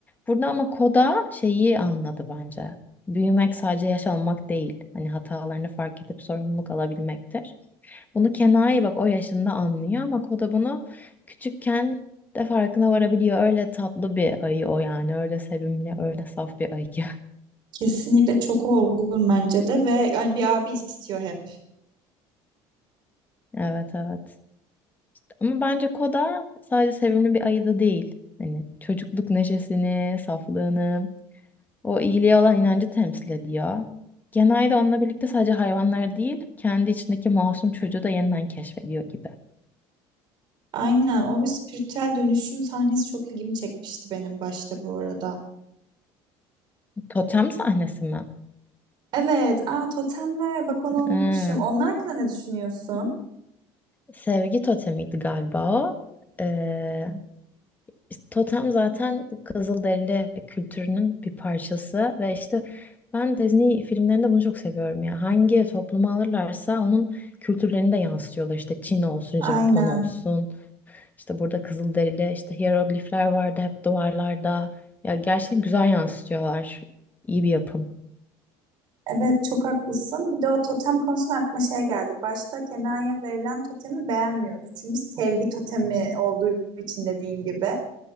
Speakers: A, on the left; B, on the right.
A: Burada ama Koda şeyi anladı bence. Büyümek sadece yaş almak değil. Hani hatalarını fark edip sorumluluk alabilmektir. Bunu Kenai bak o yaşında anlıyor ama Koda bunu küçükken de farkına varabiliyor. Öyle tatlı bir ayı o yani. Öyle sevimli, öyle saf bir ayı. <laughs>
B: Kesinlikle çok olgun bence de ve yani bir abi istiyor hep.
A: Evet evet. Ama bence Koda sadece sevimli bir ayı da değil. Hani çocukluk neşesini, saflığını O iyiliğe olan inancı temsil ediyor. Genelde onunla birlikte sadece hayvanlar değil, kendi içindeki masum çocuğu da yeniden keşfediyor gibi.
B: Aynen o spiritüel dönüşüm sahnesi çok ilgimi çekmişti benim başta bu arada.
A: Totem sahnesi mi?
B: Evet, aa totemler bak onu unutmuşum.
A: Ee,
B: Onlar hakkında ne düşünüyorsun?
A: sevgi totemiydi galiba o. Ee, işte totem zaten bu Kızılderili kültürünün bir parçası ve işte ben Disney filmlerinde bunu çok seviyorum ya. Hangi toplumu alırlarsa onun kültürlerini de yansıtıyorlar. İşte Çin olsun,
B: Aynen.
A: Japon olsun. İşte burada Kızılderili, işte hiyeroglifler vardı hep duvarlarda. Ya gerçekten güzel yansıtıyorlar. İyi bir yapım.
B: Evet çok haklısın. Bir de o totem konusunda aklıma şey geldi. Başta Kenan'ya verilen totemi beğenmiyordu. Çünkü sevgi totemi olduğu için dediğin gibi.